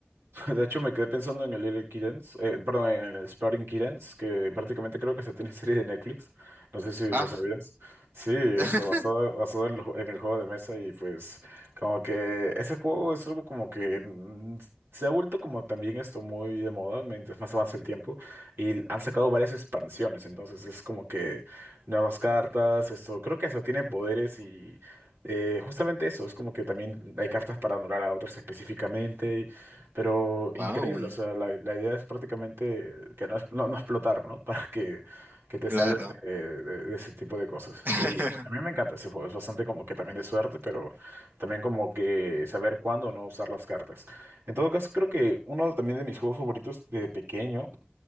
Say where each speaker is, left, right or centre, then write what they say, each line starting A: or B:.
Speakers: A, on the right (about 85°); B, on the right (about 55°).
A: <laughs> De hecho, me quedé pensando en el Little Kittens, eh, perdón, en el Exploding Kittens, que prácticamente creo que se tiene <laughs> serie de Netflix. No sé si
B: Ah.
A: lo sabías. Sí, está
B: <laughs>
A: basado, basado en, el ju- en el juego de mesa y pues como que ese juego es algo como que mm, se ha vuelto como también esto muy de moda mientras más avanza el tiempo y han sacado varias expansiones, entonces es como que nuevas cartas, esto creo que hasta tiene poderes y... eh, justamente eso, es como que también hay cartas para anular a otras específicamente pero increíble,
B: Wow,
A: o sea, la, la idea es prácticamente que no, es- no, no explotar, ¿no? <laughs> Para que, que te
B: claro.
A: salves de, de- de ese tipo de cosas.
B: <laughs>
A: Y a mí me encanta ese juego, es bastante como que también de suerte, pero también como que saber cuándo no usar las cartas. En todo caso, creo que uno también de mis juegos favoritos de pequeño,